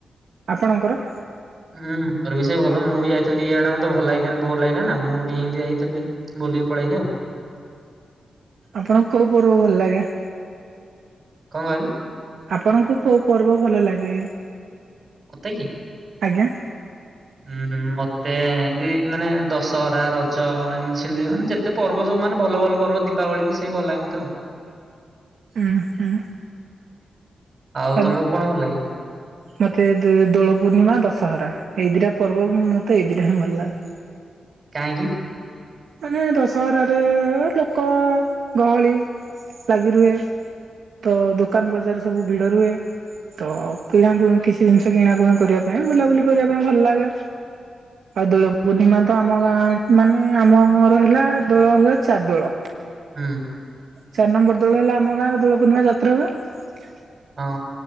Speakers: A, on the right; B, on the right.
A: ଆପଣଙ୍କର
B: ହୁଁ ମୋର ବି ସେ ଭଲ ମୁଁ ବି ଯାଇଥିଲି ଆଡେ ମତେ ଭଲ ଲାଗିଲାନି ବୋର ଲାଗିଲାାନ ନା ମୁଁ ଟିକେ ହିନ୍ଦୀ ଯାଇଥିଲି ବୁଲିକି ପଳେଇଲି ଆଉ।
A: ଆପଣଙ୍କୁ କୋଉ ପର୍ବ ଭଲ ଲାଗେ?
B: କଣ କହିଲ
A: ଆପଣଙ୍କୁ କୋଉ ପର୍ବ ଭଲ ଲାଗେ
B: ମତେ କି
A: ଆଜ୍ଞା
B: ହୁଁ ମତେ ଏମିତି ମାନେ ଦଶହରା ରଜ ଏମିତି ସେମିତି ମାନେ ଯେତେ ପର୍ବ ସବୁ ମାନେ ଭଲ ଭଲ ପର୍ବ ଦୀପାବଳି ବି ସେ ଭଲ ଲାଗେ ମୋତେ ଆଉ
A: ହୁଁ ହୁଁ
B: ଆଉ
A: ଆ
B: ତମକୁ କଣ ଭଲ ଲାଗେ
A: ମତେ ଦୋଳ ପୂର୍ଣ୍ଣିମା ଦଶହରା ଏଇ ଦିଟା ପର୍ବ ମତେ ଇ ଦିଟା ହିଁ ଭଲ ଲାଗେ
B: କାହିଁକି
A: ମାନେ ଦଶହରାରେ ଲୋକ ଗହଳି ଲାଗି ରୁହେ ତ ଦୋକାନ ବଜାର ସବୁ ଭିଡ ରୁହେ ତ କିଣାକୁ କିଛି ଜିନିଷ କିଣାକୁଣି କରିବା ପାଇଁ ବୁଲାବୁଲି କରିବା ପାଇଁ ଭଲ ଲାଗେ ଆଉ ଦୋଳ ପୂର୍ଣ୍ଣିମା ତ ଆମ ଗାଁ ମାନେ ଆମ ଗର ହେଲା ଦୋଳ ହୁଏ ଚାରି ଦୋଳ
B: ହଁ
A: ଚାରି ନମ୍ବର ଦୋଳ ହେଲା ଆମ ଗାଁ ରେ ଦୋଳ ପୂର୍ଣ୍ଣିମା ଯାତ୍ରା ହୁଏ
B: ହଁ